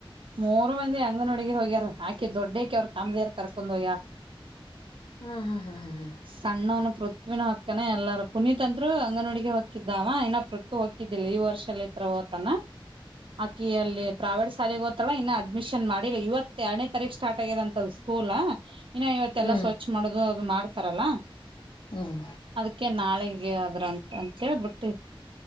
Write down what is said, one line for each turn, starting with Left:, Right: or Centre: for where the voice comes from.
Right: ಮೂರ್ ಮಂದಿ ಅಂಗನ ವಡಿಗಿ ಹೋಗ್ಯಾರ ಆಕಿ ದೊಡ್ದ್ ಕಿ ಅವರು ತಮ್ಮದಿರ್ ಕರ್ಕೊಂಡ ಹೋಗ್ಯಳ
Left: ಹಾ ಹಾ ಹಾ ಹಾ ಹಾ
Right: ಸಣ್ಣ ಅವನು ಪೃಥ್ವಿನು ಹಕ್ಕನ ಎಲ್ಲಾರ ಪುನೀತ್ ಅಂತೂ ಅಂಗನ ವಡಿಗೆ ಹಕಿದ್ದಾವ ಇನ್ನ ಪೃಥ್ವಿ ಓಗ್ತಿದಿಲ್ಲ ಈ ವರ್ಷ ಹೋಗ್ತಾನ ಆಕಿ ಅಲ್ಲಿ ಪ್ರೈವೇಟ್ ಶಾಲೇಗೆ ಓದು ಅವಳನ ಇನ್ನು ಅಡ್ಮಿಷನ್ ಮಾಡಿಲ್ಲ ಇವತ್ತ ಎರಡನೇ ತಾರೀಕ ಸ್ಟಾರ್ಟ್ ಆಗ್ಯದಂತದ್ ಸ್ಕೂಲ್ ಇನ್ನ ಇವತ್ತೆಲ್ಲಾ
Left: ಹ್ಮ್
Right: ಸ್ವಚ್ಛ ಮಾಡೋದು ಅದು ಮಾಡ್ ತಾರಲ್ಲಾ
Left: ಹ್ಮ್
Right: ಅದಕ್ಕೆೇ ನಾಳೇ ಹಾಗಗೆ ಆದ್ರ ಅಂತ ಅಂತೇಳ್ಬಿಟ್ಟ